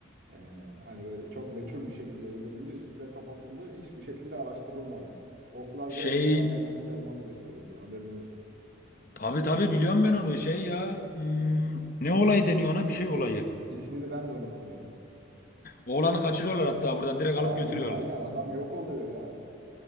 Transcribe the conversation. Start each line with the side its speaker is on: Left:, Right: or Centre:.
Right: E, hani böyle çok meçhul bir şekilde öldürüldü. Üstü de kapatıldı. Hiçbir şekilde araştırılmadı. Oklar
Left: Şey
Right: direkt Muhammed Bin Selman'ı gösteriyordu. Haberin olsun.
Left: tabii tabii biliyorum ben onu. Şey ya hmm, ne olay
Right: İ-
Left: deniyor ona bir şey olayı.
Right: İsmini ben de unuttum onun.
Left: Oğlanı kaçırıyorlar hatta buradan direkt
Right: Aynen
Left: alıp götürüyorlar.
Right: aynen adam yok oluyor ya.